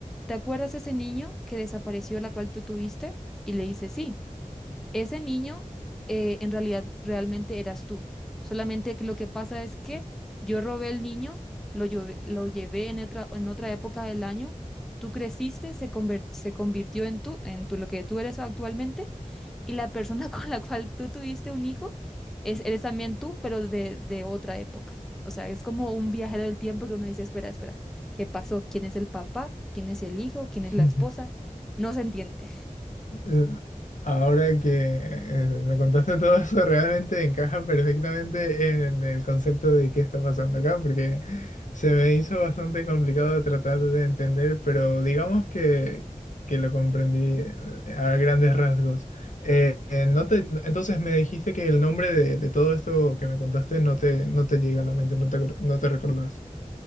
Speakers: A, in the centre; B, on the left.
A: ¿te acuerdas ese niño que desapareció, la cual tú tuviste? Y le dice, sí. Ese niño eh, en realidad realmente eras tú. Solamente que lo que pasa es que yo robé el niño, lo, llevé- lo llevé en otra, en otra época del año, tú creciste, se, conver- se convirtió en tú, en tú, lo que tú eres actualmente, y la persona <laughs> con la cual tú tuviste un hijo es, eres también tú, pero de, de otra época. O sea, es como un viajero del tiempo que uno dice, espera, espera, ¿qué pasó? ¿Quién es el papá? ¿Quién es el hijo? ¿Quién es la
B: ujú.
A: esposa? No se entiende.
B: Eh, Ahora que eh, me contaste todo eso, realmente encaja perfectamente en el concepto de qué está pasando acá, porque se me hizo bastante complicado de tratar de entender, pero digamos que, que lo comprendí eh, a grandes rasgos. Eh, eh, no te, entonces me dijiste que el nombre de, de todo esto que me contaste no te, no te llega a la mente, no te, acor- no te recordás.